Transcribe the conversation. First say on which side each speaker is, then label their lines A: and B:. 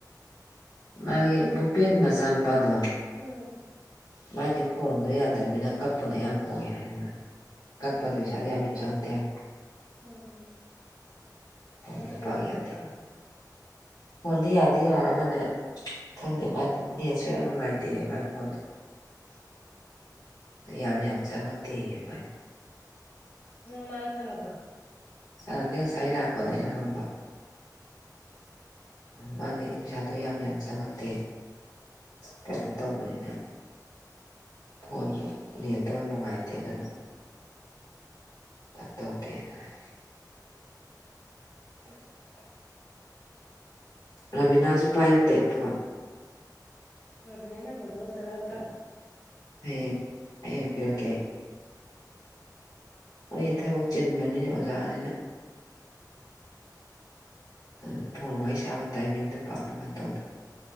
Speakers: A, on the left; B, on the left.
A: ꯃꯥꯒꯤ ꯕꯨꯄꯦꯟ ꯃꯆꯥꯅꯨꯄꯥꯗꯣ꯫
B: ꯎꯝ
A: ꯃꯥꯥꯏꯗꯤ ꯐꯣꯟꯗꯣ ꯌꯥꯗꯕꯅꯤꯅ ꯀꯥꯛꯄꯅ ꯑꯌꯥꯝꯕ ꯑꯣꯏ ꯍꯥꯏꯔꯤꯕ꯫
B: ꯎꯝ
A: ꯀꯥꯛꯄꯗꯣ ꯄꯩꯁꯥꯗꯣ ꯌꯥꯝ ꯆꯪꯉꯛꯇꯦ ꯍꯥꯏꯕ꯫
B: ꯎꯝ
A: ꯐꯣꯟꯗꯣ
B: ꯃꯥꯏ ꯐꯣꯟ
A: ꯄꯥꯛ
B: ꯅꯨꯡꯉꯥꯏꯇ꯭ꯔꯕ꯫
A: ꯌꯥꯗꯦ ꯐꯣꯟꯗꯤ ꯌꯥꯗꯤ ꯌꯥꯔꯒꯅꯦ ꯈꯪꯗꯦ ꯃꯥꯏꯗꯣ ꯅꯦꯠꯁꯨ ꯌꯥꯝ ꯅꯨꯡꯉꯥꯏꯇꯦ ꯃꯥꯥꯏ ꯐꯣꯟꯗꯣ꯫
B: <inaudible>
A: ꯌꯥꯝ ꯌꯥꯝ ꯆꯪꯉꯛꯇꯦ ꯃꯥꯏ꯫
B: ꯅꯪ ꯃꯥꯒ ꯁꯥꯟꯅꯕ꯭ꯔꯣ꯫
A: ꯁꯥꯟꯅꯗꯦ ꯉꯁꯥꯏ ꯂꯥꯛꯄꯗ ꯑꯩꯅ ꯍꯪꯕ꯫ ꯃꯥꯗꯤ ꯄꯩꯁꯥꯗꯣ ꯌꯥꯝ ꯌꯥꯝ ꯆꯪꯉꯥꯛꯇꯦ꯫ ꯀꯩꯅꯣ ꯇꯧꯕꯅꯤꯅ ꯐꯣꯟꯁꯨ ꯅꯦꯠꯇꯣ ꯌꯥꯝ ꯅꯨꯡꯉꯥꯏꯇꯦ ꯑꯗꯨꯅ꯫ ꯐꯇꯧꯗꯦꯅ ꯍꯥꯏ꯫ ꯔꯥꯕꯤꯅꯥꯁꯨ ꯄꯥꯏꯔꯛꯇꯦ ꯐꯣꯟ꯫
B: ꯔꯕꯤꯅ ꯅꯝꯕꯔꯗꯣ ꯑꯝꯇ ꯂꯧ ꯇꯥꯔꯦ꯫
A: ꯍꯌꯦꯡ ꯍꯌꯦꯡ ꯄꯤꯔꯛꯀꯦ ꯑꯩ ꯑꯩ ꯊꯕꯛ ꯆꯤꯟꯕꯅꯤꯅꯥ ꯑꯣꯖꯥꯅꯤꯅ ꯑꯗꯨꯅ ꯐꯣꯟ ꯋꯥꯔꯤ ꯁꯥꯕ ꯇꯥꯏꯃꯤꯡꯗꯣ ꯄꯥꯛꯅ ꯐꯟ ꯇꯧꯗꯕ